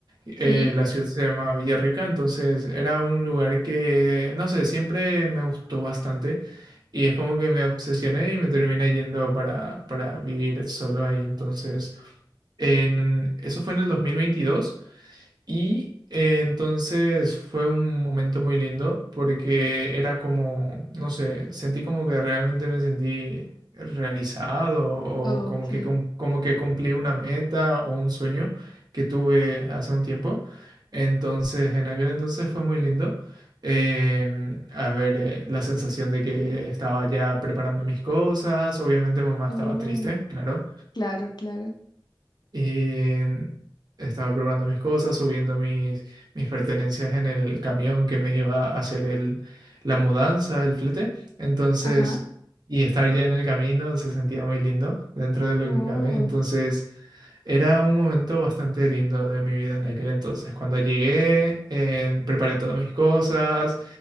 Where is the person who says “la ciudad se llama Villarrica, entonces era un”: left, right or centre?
Right